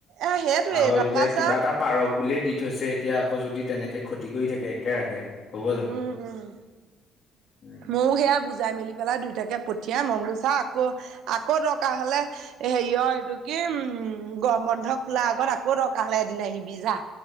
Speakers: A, on the right (about 75°); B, on the left (about 35°).
A: এ সেইটোৱে
B: আৰু
A: তাৰপা
B: এতিয়া কিবা
A: চা
B: এটা পাৰক বুলিয়ে দি থৈছে, এতিয়া আকৌ যদি তেনেকে ক্ষতি কৰি থাকে একেৰাহে হ'ব জানো
A: উম, উম,
B: উম,
A: ময়ো সেয়া বুজাই মেলি পেলাই দুইটাকে পঠিয়াই, মই বোলো ছা আকৌ আকৌ দৰকাৰ হলে হেৰিয়ৰ এইটো কি উম, গৰম বন্ধ খোলা আগত আকৌ দৰকাৰ হলে এদিনা আহিবি জা